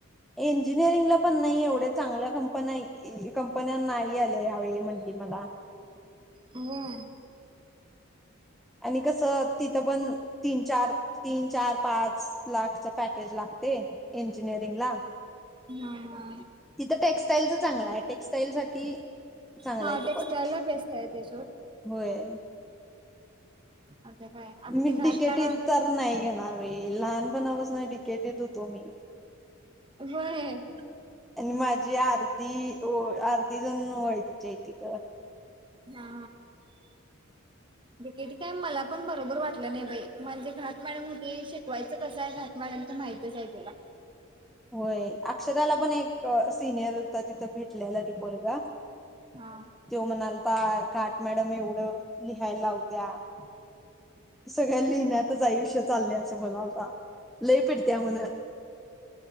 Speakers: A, in the centre; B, on the right.
A: इंजिनिअरिंगला पण नाही एवढ्या चांगल्या कंपन्या कंपन्यां नाही. यालय ह्या वेळी म्हंटली मला.
B: हम्
A: आणि कसं तिथं पण तीन -चार तीन चार पाच लाखच पॅकेज लागतय इंजिनिअरिंग ला.
B: हा.
A: तिथं टेक्स्टाईल च चांगल आहे टेक्स्टाईल साठी चांगलं
B: हा
A: आहे ते
B: टेक्स्टाईल
A: कॉलेज
B: ला बेस्ट आहे. ते सोड.
A: होय.
B: आता काय? आता
A: मी
B: ते घाट
A: डी के
B: मॅडम
A: टीे त तर नाही घेणार बई. लहान पणा पासन डी के टी त होतो मी.
B: व्हय
A: आणि माझी अर्धी ओळ -अर्धी जण ओळखीची आहेत तिथ.
B: हा. डी के टी काय मला पण बरोबर वाटलं नाही बाई. म्हणजे घाट मॅडम होती. शीक शिकवायचं कसय. घातमॉडम माहितच आहे तुला.
A: होय अक्षदाला पण एक सिनियर ता तिथं भेटलेला तो पोरगा.
B: हा.
A: तो म्हणालता घाट मॅडम एवढं लिहायला लावत्या.
B: ह <inaudible>
A: सगळ्या लिहिण्यातच आयुष्य चाललेय. असं बोलत होता. लय पिडत्या म्हण.